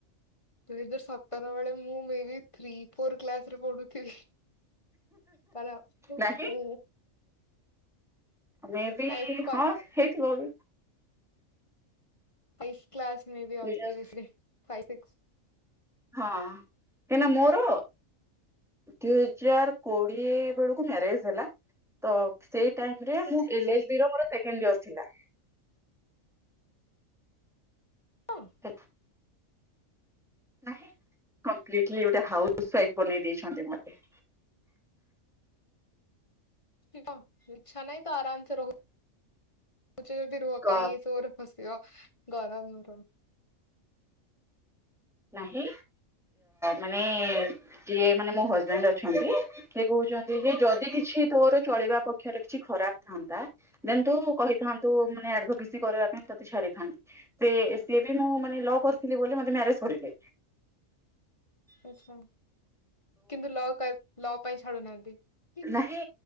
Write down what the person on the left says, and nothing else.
ଦୁଇ ହଜାର ସତର ବେଳେ ମୁଁ ମେ ବି ଥ୍ରି ଫୋର୍ କ୍ଲାସ ରେ ପଢୁଥିଲି। ତାର
ଓ
ନାଇଁ ଫାଇ
ପଇ କ୍ଲାସ୍ ମେ ବି ଆତି
ବେଶୀ ରେ ସେ ଫାଇ ସିକ୍ସ।
ହଁ
ଠ ଇଚ୍ଛା ନାହିଁ ତ ଆରାମ ସେ ରହୁ ଚ ଯଦି ରୁହ
କାଇଁ ଚୋର ଫସିବ। ଗରମ
ଆଚ୍ଛା। କିନ୍ତୁ ଲ ଲ ପାଇଁ ଛାଡୁନାହାନ୍ତି।